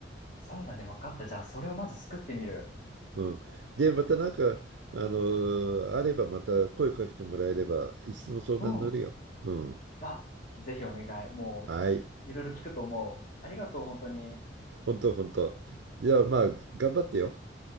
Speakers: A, on the left; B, on the right.
A: そうだね、分かった。じゃあそれをまず作ってみる。
B: うん。で、またなんか、あの、あればまた声かけてもらえれば、いつでも相談乗るよ。
A: うん。
B: うん。
A: あ、ぜひお願い。もう、
B: はい。
A: いろいろ聞くと思う。ありがとう、本当に。
B: 本当本当。じゃあまあ、頑張ってよ。